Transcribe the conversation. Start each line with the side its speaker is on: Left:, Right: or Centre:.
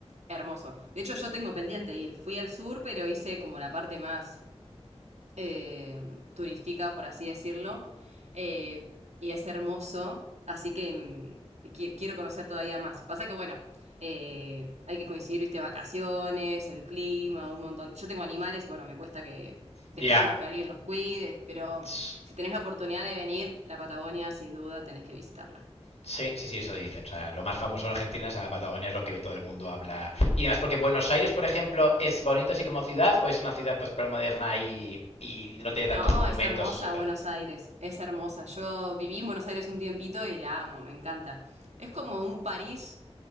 Right: hermoso. De hecho, yo tengo pendiente ir. Fui al sur, pero hice como la parte más eh, turística, por así decirlo, eh, y es hermoso, así que mm, qui- quiero conocer todavía más. Pasa que, bueno, eh, hay que coincidir, viste, vacaciones, el clima, un montón. Yo tengo animales y, bueno, me cuesta que dejarlos
Left: Ya.
Right: que alguien los cuide, pero
Left: Yeah.
Right: si tenés la oportunidad de venir, la Patagonia, sin duda, tenés que visitarla.
Left: Sí, sí, sí, eso dicen. O sea, lo más famoso de Argentina es la Patagonia, es lo que todo el mundo habla. Y además, porque Buenos Aires, por ejemplo, ¿es bonito así como ciudad o es una ciudad pues moderna y, y no tiene tantos
Right: No,
Left: monumentos?
Right: es hermosa
Left: O sea, está...
Right: Buenos Aires, es hermosa. Yo viví en Buenos Aires un tiempito y la amo, me encanta. Es como un París